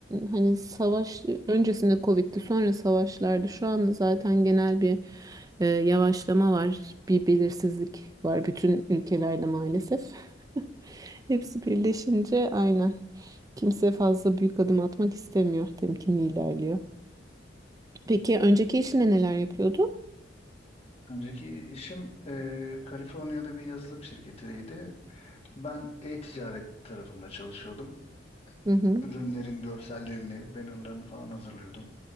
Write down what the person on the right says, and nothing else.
hani savaş öncesinde Covid'di sonra savaşlardı. Şu anda zaten genel bir e, yavaşlama var. Bir belirsizlik var bütün ülkelerde maalesef. <laughs> Hepsi birleşince aynen. Kimse fazla büyük adım atmak istemiyor. Temkinli ilerliyor. Peki önceki işinde neler yapıyordu?
Hı hı.